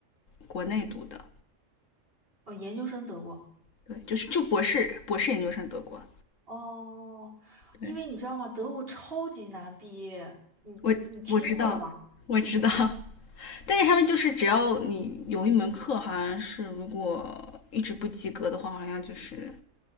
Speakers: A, on the left; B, on the right.
A: 国内读的，
B: 哦，研究生德国。
A: 对，就是就博士，博士研究生德国。
B: 哦，因为你知道吗？
A: 对
B: 德国超级难毕业，你你听过的吧？
A: 我我知道，我知道，但是他们就是只要你有一门课，好像是如果一直不及格的话，好像就是